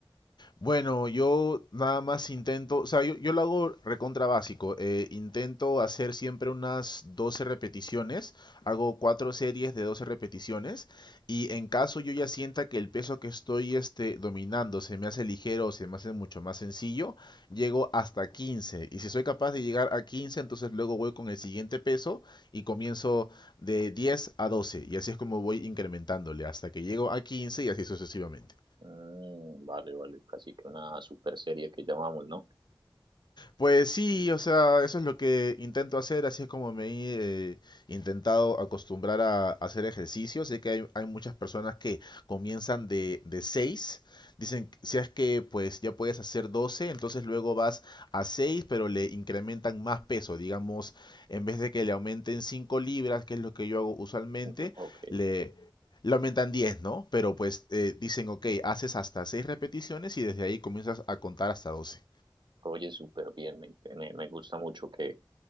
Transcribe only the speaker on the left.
Bueno, yo nada más intento, o sea, yo, yo lo hago recontra básico. eh, intento hacer siempre unas 12 repeticiones. Hago cuatro series de 12 repeticiones. Y en caso yo ya sienta que el peso que estoy este, dominando se me hace ligero o se me hace mucho más sencillo, llego hasta 15. Y si soy capaz de llegar a 15, entonces luego voy con el siguiente peso y comienzo de 10 a doce Y así es como voy incrementándole hasta que llego a 15 y así sucesivamente.
Pues sí, o sea, eso es lo que intento hacer, así es como me he eh, intentado acostumbrar a, a hacer ejercicio. Sé que hay, hay muchas personas que comienzan de, de 6, dicen, si es que pues ya puedes hacer 12, entonces luego vas a 6, pero le incrementan más peso, digamos, en vez de que le aumenten 5 libras, que es lo que yo hago usualmente,
le... Le aumentan 10, ¿no? Pero pues eh, dicen, ok, haces hasta 6 repeticiones y desde ahí comienzas a contar hasta 12.